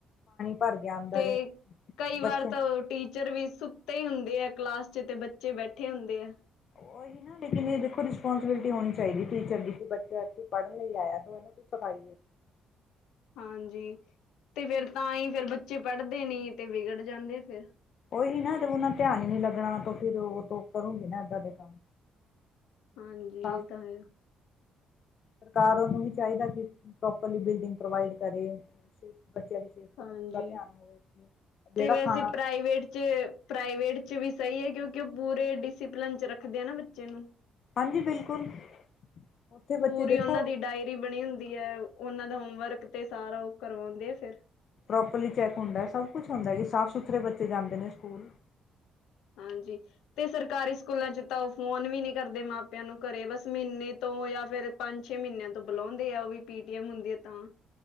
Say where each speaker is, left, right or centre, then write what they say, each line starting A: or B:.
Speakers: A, on the left (about 60°); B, on the left (about 90°).
A: ਭਰ ਗਿਆ ਅੰਦਰ
B: ਤੇ ਕਈ ਵਾਰ
A: ਬੱਚਿਆਂ
B: ਤਾਂ ਓ ਟੀ ਚਰ ਵੀ ਸੁੱਤੇ ਈ ਹੁੰਦੇ ਆ ਕਲਾਸ 'ਚ ਤੇ ਬੱਚੇ ਬੈਠੇ ਹੁੰਦੇ ਆ।
A: ਓਹੀ ਨਾ ਲੇਕਿਨ ਏ ਦੇਖੋ ਰਿਸਪੋਂਸੀਬਿਲਿਟੀ ਹੋਣੀ ਚਾਈਦੀ ਐ ਟੀਚਰ ਦੀ ਕਿ ਬੱਚਾ ਐਥੇ ਪੜ੍ਹਨ ਲਈ ਆਇਆ ਤੇ ਮੈਨੂੰ ਕਿ ਸਫ਼ਾਈ ਏ।
B: ਹਾਂਜੀ ਤੇ ਫੇਰ ਤਾਂ ਈ ਫੇਰ ਬੱਚੇ ਪੜ੍ਹਦੇ ਨੀ ਤੇ ਵਿਗੜ ਜਾਂਦੇ ਫਿਰ।
A: ਓਹੀ ਨਾ ਤੇ ਓਨਾਂ ਧਿਆਨ ਈ ਨੀ ਲੱਗਣਾ ਤੋ ਫਿਰ ਓ ਤੋ ਕਰੂੰਗੇ ਨਾ ਏਦਾਂ ਦੇ ਕੰਮ।
B: ਹਾਂਜੀ
A: ਸਭ,
B: ਇਹ ਤਾਂ ਹੈ
A: ਸਰਕਾਰ ਉਹਨੂੰ ਵੀ ਚਾਹੀਦਾ ਕਿ, ਪ੍ਰੋਪਰਲੀ ਬਿਲਡਿੰਗ ਪ੍ਰੋਵਾਈਡ ਕਰੇ ਬੱਚਿਆਂ ਦੀ ਸੇਫਟੀ
B: ਹਾਂਜੀ,
A: ਦਾ ਪੂਰਾ ਧਿਆਨ ਹੋਵੇ ਜਿਹੜਾ
B: ਤੇ ਵੈਸੇ
A: ਖਾਣਾ
B: ਪ੍ਰਾਈਵੇਟ ਪ੍ਰਾਈਵੇਟ ਵਿਚ ਵੀ ਸਹੀ ਹੈ, ਕਿਉਂਕਿ ਉਹ ਪੂਰੇ ਡਿਸਿਪਲਨ ਚ ਰੱਖਦੇ ਆ ਨਾ ਬੱਚੇ ਨੂੰ
A: ਹਾਂਜੀ ਬਿਲਕੁਲ। ਉੱਥੇ ਬੱਚੇ
B: ਪੂਰੀ
A: ਦੇਖੋ
B: ਉਹਨਾਂ ਦੀ ਡਾਇਰੀ ਬਣੀ ਹੁੰਦੀ ਹੈ। ਉਹਨਾਂ ਦਾ ਹੋਮਵਰਕ ਤੇ ਸਾਰਾ ਉਹ ਕਰਵਾਉਂਦੇ ਆ ਫਿਰ
A: ਪ੍ਰੋਪਰਲੀ ਚੈੱਕ ਹੁੰਦਾ ਸਭ ਕੁਛ ਹੁੰਦਾ, ਕਿ ਸਾਫ਼ ਸੁਥਰੇ ਬੱਚੇ ਜਾਂਦੇ ਨੇ ਸਕੂਲ।
B: ਹਾਂਜੀ, ਤੇ ਸਰਕਾਰੀ ਸਕੂਲਾਂ ਚ ਤਾਂ ਉਹ ਫੋਨ ਵੀ ਨੀ ਕਰਦੇ ਮਾਪਿਆਂ ਨੂੰ ਘਰੇ ਬਸ ਮਹੀਨੇ ਤੋਂ ਜਾਂ ਫੇਿਰ ਪੰਜ ਛੇ ਮਹੀਨਿਆਂ ਤੋਂ ਬੁਲਾਉਂਦੇ ਆ, ਉਹ ਵੀ ਪੀਟੀਐਮ ਹੁੰਦੀ ਹੈ ਤਾਂ।